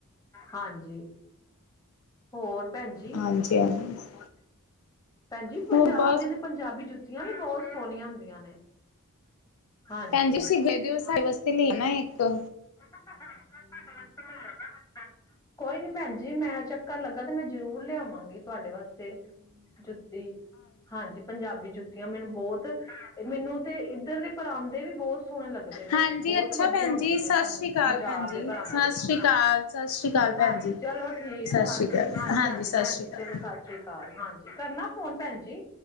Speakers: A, on the left; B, on the left.
A: ਹਾਂਜ ਹੋਰ? ਭੈਂਜੀ,
B: ਹਾਂਜੀ, ਹਾਂਜੀ
A: ਭੈਂਜੀ ਪੰਜਾਬ
B: ਹੋਰ ਬਸ
A: ਦੀਆਂ ਪੰਜਾਬੀ ਜੁੱਤੀਆਂ ਵੀ ਬੋਤ ਸੋਨੀਆਂ ਹੁੰਦੀਆਂ। ਨੇ ਹਾਂਜੀ
B: ਭੈਨ ਜੀ ਤੁਸੀਂ ਗਏ ਦੇ ਓ, ਸਾਡੇ ਵਾਸਤੇ ਲੇਨਾ ਏਕ। ਹੂੰ
A: <unintelligible> ਕੋਈ ਨੀ ਭੈਨਜੀ ਜੀ ਮੈਂ ਚੱਕਰ ਲੱਗਾ, ਤੇ ਮੈਂ ਜ਼ਰੂਰ ਲਿਆਵਾਂਗੀ। ਤੁਹਾਡੇ ਵਾਸਤੇ ਜੁਤ ਤੇ ਹਾਂਜੀ, ਪੰਜਾਬੀ ਜੁੱਤੀਆਂ ਮੈਨੂੰ ਬੋਤ ਮੇਨੂੰ ਤੇ ਇੱਦਰ ਦੇ ਪਰਾਂਦੇ ਵੀ ਬੋਤ ਸੋਨੇ ਲੱਗਦੇ ਨੇ,
B: ਹਾਂਜੀ
A: ਬੋਤ
B: ਅੱਛਾ
A: ਵਦੀਆ
B: ਭੈਣ
A: ਹੁੰ
B: ਜੀ ਸਤਿ
A: ਪੰਜਾਬ
B: ਸ਼੍ਰੀ ਅਕਾਲ ਭੈਣ ਜੀ,
A: ਦੇ ਭਾਂਡੇ,
B: ਸਤਿ ਸ਼੍ਰੀ ਅਕਾਲ, ਸਤਿ ਸ਼੍ਰੀ ਅਕਾਲ ਭੈਣ
A: ਹਾਂਜੀ,
B: ਜੀ।
A: ਚਲੋ ਠੀਕ
B: ਸਤਿ
A: ਏ।
B: ਸ਼੍ਰੀ
A: ਹਾਂਜੀ,
B: ਅਕਾਲ
A: ਹਾਂਜੀ, ਹਾਂਜੀ
B: ਸਤਿ
A: ਭੈਣ
B: ਸ਼੍ਰੀ
A: ਜੀ,
B: ਅਕਾਲ।
A: ਚਲੋ ਸਤਿ ਸ੍ਰੀ ਅਕਾਲ। ਹਾਂਜੀ, ਕਰਨਾ ਫੋਨ ਭੈਨ ਜੀ।